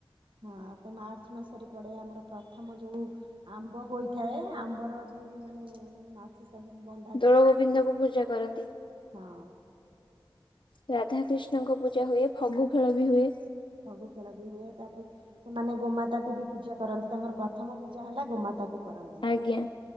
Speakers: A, on the right; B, on the left.
A: ହଁ ତ ମାର୍ଚ୍ଚ ମାସରେ ପଡେ। ଆମର ପ୍ରଥମ ଯୋଉ ଆମ୍ବ ହୋଇଥାଏ। ଆମ୍ବର ବି ମାନେ ନାଚ ସବୁ ବନ୍ଦ
B: ଦୋଳ ଗୋବିନ୍ଦଙ୍କୁ ପୂଜା କରନ୍ତି।
A: ହଁ।
B: ରାଧାକ୍ରିଷ୍ଣଙ୍କ ପୂଜା ହୁଏ ଫଗୁ ଖେଳ ବି ହୁଏ
A: ଫଗୁ ଖେଳ ବି ହୁଏ। ତାପରେ ସେମାନେ ଗୋମାତାକୁ ବି ପୂଜା କରନ୍ତି। ତାଙ୍କର ପ୍ରଥମ ପୂଜା ହେଲା ଗୋମାତାକୁ। କରନ୍ତି।
B: ଆଜ୍ଞା।